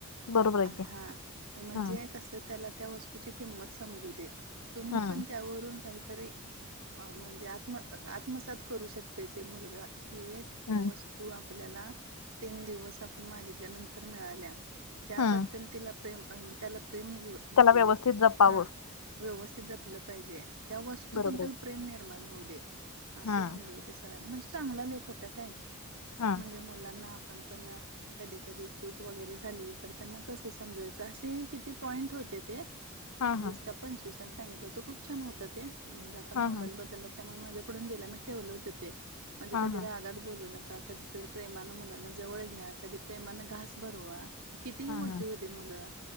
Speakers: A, on the left; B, on the right.
A: बरोबर आहे
B: <unintelligible>
A: की.
B: हा म्हणजे
A: हम्म.
B: कस त त्याला त्या वस्तूची किंमत समजू दे तुम्ही
A: हम्म.
B: पण त्यावरून काहीतरी अ म्हणजे आत्म आत्मसात करू शकतय ते मुलगा कि एक
A: हम्म.
B: हे वस्तू आपल्याला तीन दिवस आपण मागितल्यानंतर मिळाल्या त्याबद्दल
A: हम्म.
B: तिला प्रेम त्याला प्रेम हे म्हणजे
A: त्याला व्यवस्थित
B: हा.
A: जपावं.
B: व्यवस्थित जपलं पाहिजे त्या वस्तूबद्दल
A: बरोबर आहे.
B: प्रेम निर्माण होऊ दे असं
A: हम्म.
B: म्हणले होते स <unintelligible> म्हणजे चांगला लेख होता काय
A: हम्म.
B: म्हणजे मुलांना आपण पण कधी कधी चूक वगैरे झाली तर त्यांना कसं समजवायचं असे हे किती पॉईंट होते ते
A: हम्म.
B: हा वीस
A: हम्म.
B: का पंचवीसां सांगितलं हो तर खूप छान होत ते म्हणजे आता मोबाईल
A: हम्म.
B: बद्दल त म माझ्याकडून गेला म ठेवलं होत ते म्हणजे
A: हम्म.
B: कधी रागात बोलुन नका कधी तर प्रेमानं मुलांना जवळ घ्या कधी प्रेमानं घास भरवा. कितीही
A: हम्म.
B: मोठी
A: हम्म.
B: होते मुलं